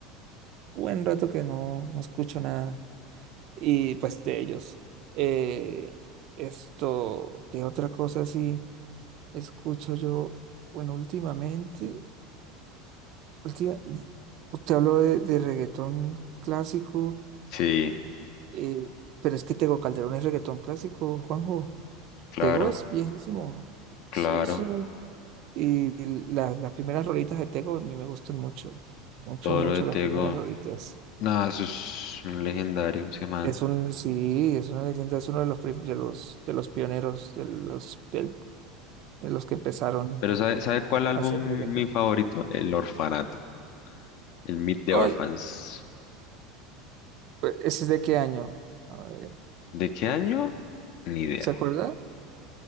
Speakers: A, on the right (about 40°); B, on the left (about 45°).
A: buen rato que no, no escucho nada. Y pues de ellos. Eh, esto, ¿qué otra cosa así escucho yo? Bueno, últimamente, última- usted habló de, de reggaetón clásico,
B: Sí,
A: eh, pero es que Tego Calderón es reggaetón clásico, Juanjo.
B: claro,
A: Tego es viejísimo. Sí,
B: claro.
A: sí. Y la- las primeras rolitas de Tego a mí me gustan mucho. Mucho,
B: Todo
A: mucho
B: lo de Tego.
A: las primeras rolitas.
B: Nada, eso es un legendario, ese man.
A: Es un, sí, es una leyenda, es uno de los, prim- de los, de los pioneros, de los, del- de los que empezaron
B: Pero ¿sabe, sabe cuál álbum
A: a hacer reggaetón.
B: mi favorito? El Orfanato, el Meet the
A: Ay,
B: Orphans.
A: pe- ¿ese es de qué año? A ver,
B: ¿De qué año? Ni idea.
A: ¿se acuerda?